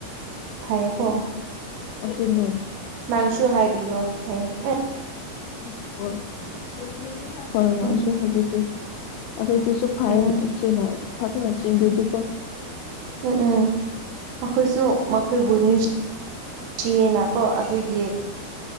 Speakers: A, on the right; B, on the left.
A: ꯐꯩꯌꯦꯀꯣ
B: ꯑꯗꯨꯅꯦ
A: ꯅꯪꯁꯨ ꯍꯥꯏꯕꯤꯌꯣ ꯑꯦ ꯑꯩ
B: ꯍꯣꯢ ꯍꯣꯢ ꯍꯣꯏ
A: ꯎꯝ
B: ꯑꯩꯁꯨ ꯍꯥꯢꯕꯤꯒꯦ ꯑꯗꯨꯗꯨꯁꯨ
A: ꯎꯝ
B: ꯐꯩꯑꯦ
A: ꯎꯝ
B: ꯏꯆꯦꯅ ꯐꯖꯅ ꯆꯦꯟꯕꯤꯔꯗꯤ ꯀꯣ
A: ꯎꯪ ꯎꯪ ꯃꯈꯣꯏꯁꯨ ꯃꯈꯣꯏꯕꯨ
B: ꯑꯗꯨꯗꯤ
A: ꯅꯤꯡ ꯊꯤꯌꯦꯅ ꯀꯣ ꯑꯗꯨꯒꯤ